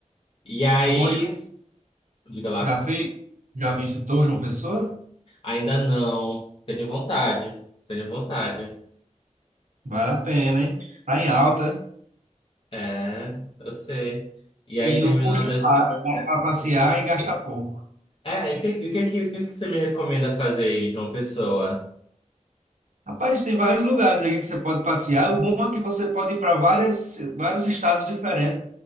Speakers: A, on the left; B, on the right.
A: E aí,
B: Eu moro em João,
A: s- diga lá,
B: já fui, já visitou João Pessoa?
A: ainda não. Tenho vontade, tenho vontade.
B: Vale a pena, hein? Tá em alta
A: É, eu sei. E aí,
B: e
A: terminando
B: o custo é
A: as...
B: baixo, dá para passear
A: o-
B: e gastar pouco.
A: É, e o que, o que, que- o que que você me recomenda fazer em João Pessoa?
B: Rapaz, tem vários lugares aqui que você pode passear. O bom é que você pode ir para várias, vários estados diferentes.